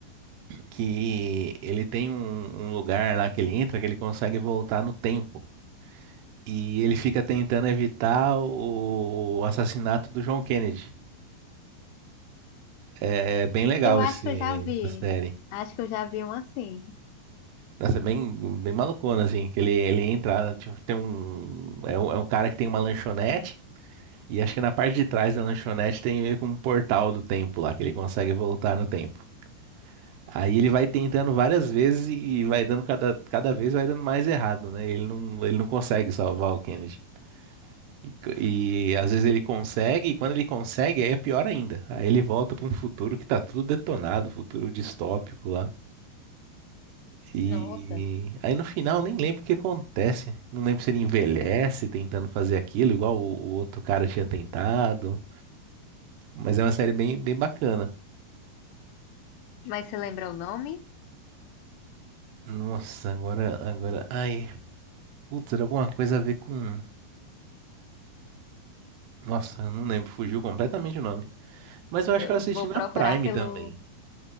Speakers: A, on the right; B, on the left.
A: que ele tem um, um lugar lá que ele entra que ele consegue voltar no tempo. E ele fica tentando evitar o assassinato do John Kennedy. É é bem legal
B: Eu acho
A: esse,
B: que eu já vi.
A: essa série.
B: Acho que eu já vi um assim.
A: Nossa, é bem, bem malucona, assim, que ele, ele entra, né, tipo, tem um é, um... é um cara que tem uma lanchonete, e acho que na parte de trás da lanchonete tem meio que um portal do tempo lá, que ele consegue voltar no tempo. Aí ele vai tentando várias vezes e vai dando cada, cada vez vai dando mais errado, né? Ele não, ele não consegue salvar o Kennedy. E, co- e às vezes ele consegue, e quando ele consegue, aí é pior ainda. Aí ele volta para um futuro que tá tudo detonado, futuro distópico lá. E
B: Nossa.
A: aí no final nem lembro o que acontece. Não lembro se ele envelhece tentando fazer aquilo, igual o, o outro cara tinha tentado. Mas é uma série bem, bem bacana.
B: Mas você lembra o nome?
A: Nossa, agora, agora. Ai, putz, era alguma coisa a ver com. Nossa, eu não lembro, fugiu completamente o nome. Mas eu acho
B: Eu
A: que eu assisti
B: vou
A: na
B: procurar
A: Prime
B: pelo,
A: também.